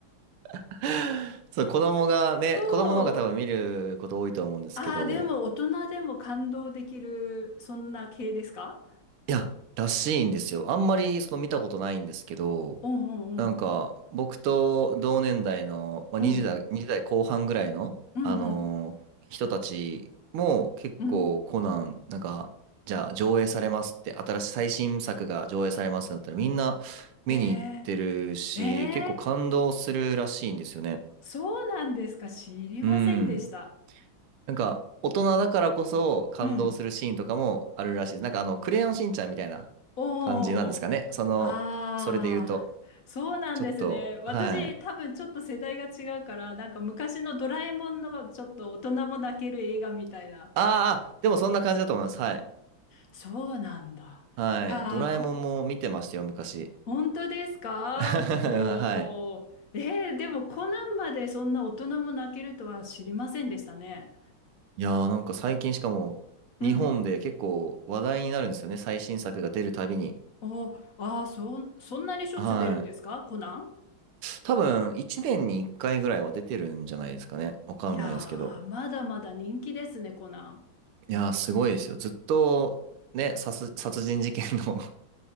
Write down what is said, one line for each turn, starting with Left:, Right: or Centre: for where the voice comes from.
Right: <laughs> そう、子供がね、
Left: そう。
Right: 子供の方が多分見ること多いと思うんですけど、
Left: ああ、でも大人でも感動できる、そんな系ですか
Right: いや、らしいんですよ。あんまりその見たことないんですけど、
Left: うんうん
Right: なんか僕と同年代の、まあ、
Left: うん。
Right: 20代、
Left: うん。
Right: 20代後半ぐらいの、
Left: うんうん。
Right: あのー人たちも結構コナン、
Left: うん。
Right: なんか、じゃあ上映されますって、新しい最新作が上映されますってなったらみんな見に行ってるし、
Left: へえ。ええ
Right: 結構感動するらしいんですよね。
Left: そうなんですか。知りませんでした。
Right: うん。なんか、大人だからこそ感動するシーンとかもあるらしいです。
Left: うん。
Right: なんかあの、クレヨンしんちゃんみたいな感じなんですかね。
Left: おお。
Right: その、
Left: ああ、
Right: それで言うと。
Left: そうなんですね。
Right: ちょっと、
Left: 私、
Right: はい。
Left: 多分ちょっと世代が違うから、なんか昔のドラえもんのちょっと大人も泣ける映画みたいな。
Right: あーあ、でもそんな感じだと思います。はい。
Left: そうなんだ。
Right: はい。
Left: いやー、
Right: ドラえもんも見てましたよ、
Left: こ、
Right: 昔。
Left: 本当ですかもう。
Right: <laughs> はい。
Left: えー、でもコナンまでそんな大人も泣けるとは知りませんでしたね。
Right: いやーなんか最近しかも、
Left: うん。
Right: 日本で結構話題になるんですよね。最新作が出るたびに。
Left: お、ああ、そん、そんなにしょっちゅう出るんですかコナン
Right: はい。多分、1年に1回ぐらいは出てるんじゃないですかね。わかんないですけど。
Left: いやー、まだまだ人気ですね、コナ
Right: いやー、すごいですよ。ずっと、ね、殺、殺人事件の